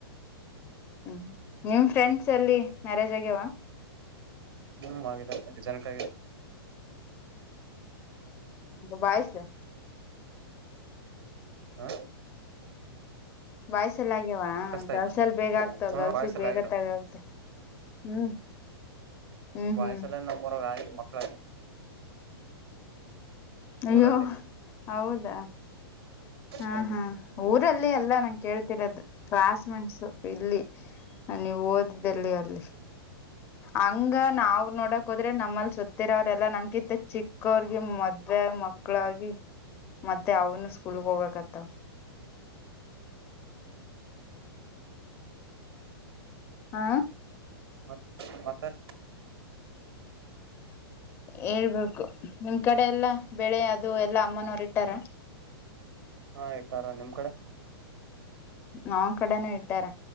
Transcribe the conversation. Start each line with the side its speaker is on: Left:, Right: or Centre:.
Left: ಹ್ಮ್ ನಿಮ್ ಫ್ರೆಂಡ್ಸ್ ಅಲ್ಲಿ ಮ್ಯಾರೇಜ್ ಆಗ್ಯವಾ
Right: ಹ್ಮ್ ಆದೆ ಆತಿ ಜನಕ್ಕ
Left: ಬೈಸ್
Right: ಹಾ
Left: ಬಾಯ್ಸಲ್ಲ ಆಗ್ಯವ
Right: ಕಸ್ತ ಆಯ್ತು
Left: ಗಲ್ಸಲ್ಲಿ ಬೇಗ ಆಗ್ತವ
Right: ಹ್ಮ
Left: ಗಲ್ಸಿ
Right: ಬಾಯ್ಸಲ್ಲಿ
Left: ಬೇಗ
Right: ಆಗಿದಾವ
Left: ತಗ ಆತ ಹ್ಮ್ ಹ್ಮ್
Right: ಬಯ್ಸಲ್ಲ
Left: ಹ್ಮ್
Right: ನಮ್ಮರ ಆ ಮಕ್ಳ
Left: ಅಯ್ಯೋ
Right: ಊರಲ್ಲಿ
Left: ಹೌದಾ ಹಾ
Right: ಹ್ಮ್
Left: ಹಾ ಊರಲ್ಲಿ ಎಲ್ಲಾ ನಂಗೆ ಕೇಳ್ತಿರೋದದು ಕ್ಲಾಸ್ ಮೇಂಟ್ಸು ಇಲ್ಲಿ ನೀವು ಓದ್ದಲ್ಲಿ ಅಲ್ಲಿ ಹಂಗ ನಾವ್ ನೋಡಕ್ ಹೋದ್ರೆ ನಮ್ಮಲ್ಲಿ ಸ ಇತ್ತರ ಅವ್ರೆಲ್ಲಾ ನನ್ ಕಿತ್ತ ಚಿಕ್ಕವರ್ಗ ಮದ್ವೆ ಮಕ್ಳಾಗಿ ಮತ್ತೆ ಅವನು ಸ್ಕೂಲ್ಗ್ ಹೋಗಬೇಕತ್ತ ಹಾ
Right: ಮತ್ ಮತ್ತೆ
Left: ಹೇಳ್ಬೇಕು ನಿಮ್ ಕಡೆ ಎಲ್ಲ ಬೆಳೆ ಅದು ಎಲ್ಲಾ ಅಮ್ಮನವರು ಇಟ್ಟಾರ
Right: ಹಾ ಇಟ್ಟಾರ ನಿಮ್ ಕಡೆ
Left: ನ್ ಕಡೆನೂ ಇಟ್ಟಾರ